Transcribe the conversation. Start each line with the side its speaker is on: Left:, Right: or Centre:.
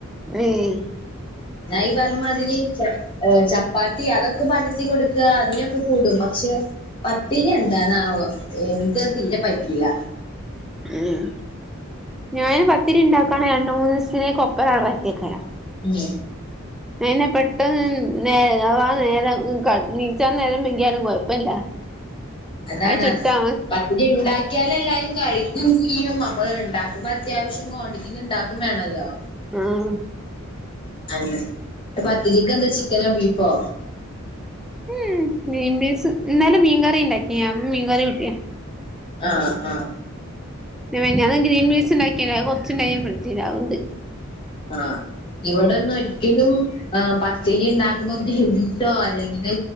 Centre: ഉം
Left: ഞാൻ ഈ പറഞ്ഞ മാതിരി ഏഹ് ചപ്പാത്തി അതൊക്കെ പരത്തി കൊടുക്ക അതിനൊക്കെ കൂടും പക്ഷെ പത്തിരി എന്താ ന്താവോ എനിക്കത് തീരെ പറ്റീല്ല
Centre: ഉം ഞാന് പത്തിരി ഇണ്ടാക്കാണെങ്കി രണ്ട് മൂന്നീസത്തിനേക്കൊപ്പരാ പരത്തി വെക്കല
Left: ഉം
Centre: അയെന്നെ പെട്ടെന്ന് നേ ആ നേരം നീച്ചാ നേരം വെഗ്ഗിയാലും കൊഴപ്പല്ല
Left: അതാണ്
Centre: ചുട്ടാ
Left: അത്
Centre: മതി
Left: പത് ഇത് ഇണ്ടാക്കിയാലല്ലാരിം കഴിക്കും ചെയ്യും അപ്പൊ ഇണ്ടാക്കുമ്പോ അത്യാവശ്യം ക്വാണ്ടിറ്റില് ഉണ്ടാക്കും വേണല്ലോ
Centre: ഉം
Left: അതെ അത് പത്തിരിക്കെന്താ ചിക്കനോ ബീഫോ
Centre: ഉം ഗ്രീൻപീസ് ഇന്നാലും മീൻകറി ഇണ്ടാക്കി ഞാൻ മീൻകറി കൂട്ടിയാ
Left: ആഹ് ആഹ്
Centre: പിന്നെ മിഞ്ഞാന്ന് ഗ്രീൻ പീസ് ഉണ്ടാക്കിന് അത് കുറച്ചുണ്ടായിന് ഫ്രിഡ്ജില് അത്ണ്ട്
Left: ആഹ്ഇവിടൊന്നും ഒരിക്കലും ആഹ് പത്തിരി ഉണ്ടാക്കുമ്പോ ഗ്രീൻ പീസോ അല്ലെങ്കില്